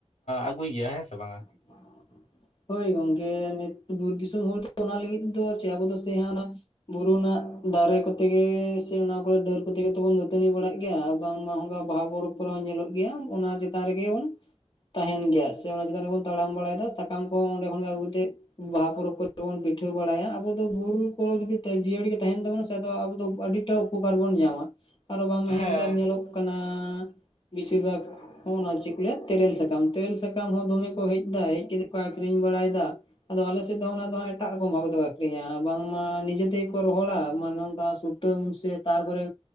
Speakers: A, on the left (about 75°); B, on the left (about 45°).
A: ᱟᱹᱜᱩᱭ ᱜᱮᱭᱟ ᱦᱮᱸ ᱥᱮ ᱵᱟᱝᱟ?
B: <inaudible> ᱦᱳᱭ ᱜᱚᱝᱠᱮ ᱱᱤᱛ ᱵᱤᱨ ᱫᱤᱥᱚᱢ ᱦᱚᱲ ᱫᱚ ᱚᱱᱟ ᱞᱟᱹᱜᱤᱫ ᱫᱚ ᱟᱵᱚ ᱫᱚ ᱥᱮᱭ ᱦᱟᱸᱜ ᱵᱩᱨᱩ ᱱᱟᱜ ᱫᱟᱨᱮ ᱠᱚᱛᱮᱜ ᱜᱮ ᱥᱮ ᱚᱱᱟ ᱠᱚᱨᱮ ᱰᱟᱹᱨ ᱠᱚᱛᱮᱜ ᱵᱚᱱ ᱫᱟᱹᱛᱟᱹᱱᱤ ᱵᱟᱲᱟᱜ ᱜᱮᱭᱟ᱾ ᱵᱟᱝᱢᱟ <unintelligible> ᱵᱟᱦᱟ ᱯᱚᱨᱚᱵᱽ ᱠᱚᱨᱮ ᱦᱚᱸ ᱧᱮᱞᱚᱜ ᱜᱮᱭᱟ ᱚᱱᱟ ᱪᱮᱛᱟᱱ ᱨᱮᱜᱮ ᱵᱚᱱ ᱛᱟᱦᱮᱱ ᱜᱮᱭᱟ᱾ ᱚᱱᱟ ᱪᱮᱛᱟᱱ ᱨᱮᱵᱚᱱ ᱛᱟᱲᱟᱢ ᱵᱟᱲᱟᱭᱮᱫᱟ ᱥᱟᱠᱟᱢ ᱠᱚ ᱚᱸᱰᱮ ᱠᱷᱚᱱ ᱜᱮ ᱟᱹᱜᱩ ᱠᱟᱛᱮᱫ ᱵᱟᱦᱟ ᱯᱚᱨᱚᱵᱽ ᱠᱚᱨᱮ ᱵᱚᱱ ᱯᱤᱴᱷᱟᱹ ᱵᱟᱲᱟᱭᱟ ᱟᱵᱚ ᱫᱚ ᱵᱩᱨᱩ ᱠᱚᱨᱮ ᱡᱩᱫᱤ ᱡᱤᱭᱟᱹᱲ ᱜᱮ ᱛᱟᱦᱮᱱ ᱛᱟᱵᱚᱱᱟ ᱥᱮ ᱟᱵᱚ ᱫᱚ ᱟᱹᱰᱤᱴᱟᱜ ᱩᱯᱠᱟᱨ ᱵᱚᱱ ᱧᱟᱢᱟ᱾ ᱟᱨᱚ ᱵᱟᱝᱢᱟ ᱱᱮᱛᱟᱨ
A: ᱦᱮᱸ
B: ᱧᱮᱞᱚᱜ ᱠᱟᱱᱟ, ᱵᱮᱥᱤᱨ ᱵᱷᱟᱜᱽ ᱪᱮᱫ ᱠᱚ ᱞᱟᱹᱭᱟ ᱛᱮᱨᱮᱞ ᱥᱟᱠᱟᱢ ᱛᱮᱨᱮᱞ ᱥᱟᱠᱟᱢ ᱦᱚᱸ ᱫᱚᱢᱮ ᱠᱚ ᱦᱮᱡ ᱫᱟ ᱦᱮᱡ ᱠᱟᱛᱮ ᱠᱚ ᱟᱠᱷᱨᱤᱧ ᱵᱟᱲᱟᱭᱮᱫᱟ᱾ ᱟᱫᱚ ᱟᱞᱮ ᱥᱮᱫ ᱫᱚ ᱚᱱᱟ ᱫᱚ ᱮᱴᱟᱜ ᱨᱚᱠᱚᱢ ᱵᱷᱟᱵᱮ ᱛᱮᱠᱚ ᱟᱠᱷᱨᱤᱧᱟ ᱵᱟᱝᱢᱟ ᱱᱤᱡᱮ ᱛᱮᱜᱮ ᱠᱚ ᱨᱚᱦᱚᱲᱟ ᱢᱟᱱᱮ ᱱᱚᱝᱠᱟ ᱥᱩᱛᱟᱹᱢ ᱥᱮ ᱛᱟᱨᱯᱚᱨᱮ